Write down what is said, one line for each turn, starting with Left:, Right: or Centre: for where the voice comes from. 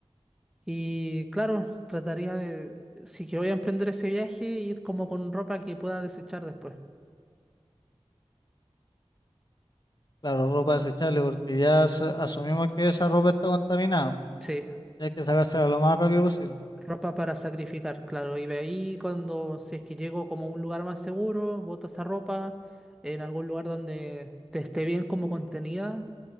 Centre: Y claro, trataría de, si que voy a emprender ese viaje, ir como con ropa que pueda desechar después.
Left: Claro, ropa desechable, porque ya as- asumimos que esa ropa está contaminada.
Centre: Sí,
Left: Hay que sacársela lo más rápido posible,
Centre: Ropa para sacrificar, claro. Y de ahí cuando, si es que llego como a un lugar más seguro, boto esa ropa en algún lugar donde te esté bien como contenida